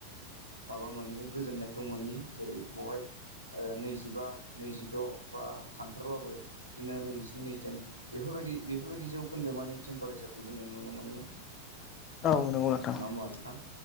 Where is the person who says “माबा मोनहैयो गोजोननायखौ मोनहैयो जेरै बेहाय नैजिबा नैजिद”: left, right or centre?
Right